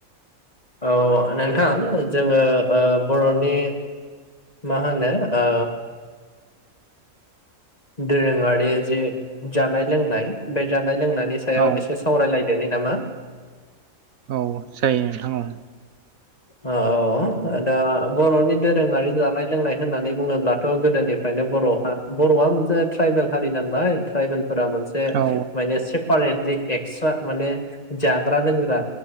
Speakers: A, on the left; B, on the right.
A: औ नोंथां जोङो ओ बरनि माहोनो ओ दोरोंङारि जि जानाय लोंनाय बे जा थानाय लोंनायनि सायाव
B: औ
A: एसे सावरायलायदोनि नामा?
B: औ जायो नोंथां औ
A: औ दा बरनि दोरोंङारि जानाय लोंनाय होननानै बुङोब्लाथ गोदोनिफ्रायनो बर बरआ मोनसे ट्राइबेल हारि नालाय ट्राइबेल फोर मोनसे
B: औ
A: माने सेपारेटलि एक्सट्रा माने जाग्रा लोंग्रा